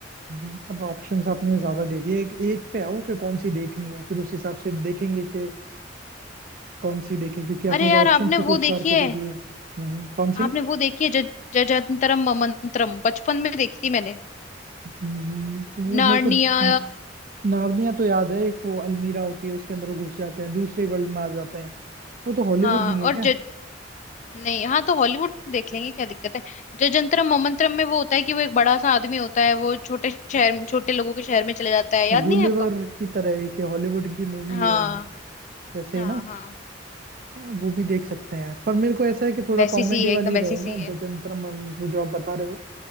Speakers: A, on the right; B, on the left.
A: हम्म। अब ऑप्शंस आपने ज्यादा दे दिए एक एक पे आओ कि कौन सी देखनी है फिर उस हिसाब से देखेंगे कि कौन सी देखें क्योंकि आपने
B: अरे
A: तो
B: यार
A: ऑप्शन
B: आपने
A: ही खूब
B: वो
A: सार
B: देखी
A: के
B: है
A: दे दिए हम्म कौन सी
B: आपने वो देखी है ज जजंतरम ममंतरम बचपन में देखी थी मैंने
A: हम्म, वो
B: नार्निया
A: मेरे को द- नार्निया तो याद है एक वो अलमीरा होती है उसके अंदर वो घुस जाते हैं दूसरे वर्ल्ड में आ जाते हैं वो तो हॉलीवुड
B: हाँ
A: नहीं
B: और
A: है क्या
B: नहीं हाँ तो हॉलीवुड देख लेंगे क्या दिक्कत है जो जंतरम मोमंतरम में वो होता है कि वो एक बड़ा सा आदमी होता है वो छोटे शहर में छोटे लोगों के शहर में चले जाता है याद
A: गुलिवर
B: नहीं है आपको
A: की तरह एक हॉलीवुड की मूवी
B: हाँ
A: है वैसे
B: हाँ
A: ही ना
B: हाँ
A: हाँ, वो भी देख सकते हैं यार पर मेरे को ऐसा है कि थोड़ा
B: वैसी
A: कॉमेडी
B: सी है
A: वाली
B: एकदम
A: रहे
B: वैसी
A: ना
B: सी है
A: जजंतर मंत्र जो आप बता रहे हो